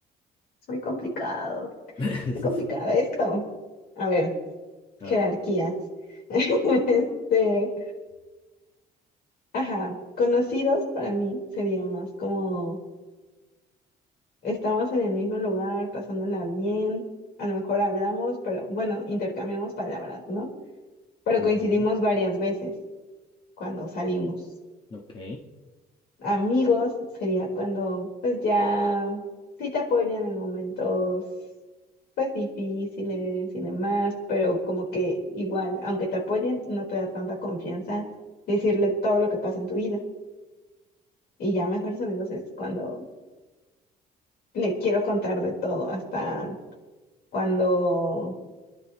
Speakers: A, on the left; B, on the left.
A: Es muy complicado,
B: <laughs>
A: muy complicado esto. A ver,
B: A
A: jerarquías.
B: ver.
A: <laughs> Este, ajá, conocidos para mí serían más como estamos en el mismo lugar, pasándola bien, a lo mejor hablamos, pero bueno, intercambiamos palabras, ¿no? Pero
B: Ujú,
A: coincidimos varias veces cuando salimos.
B: Ok.
A: amigos sería cuando pues ya sí te apoyan en momentos pues difíciles y demás, pero como que igual, aunque te apoyen, no te da tanta confianza decirle todo lo que pasa en tu vida. Y ya mejores amigos es cuando le quiero contar de todo, hasta cuando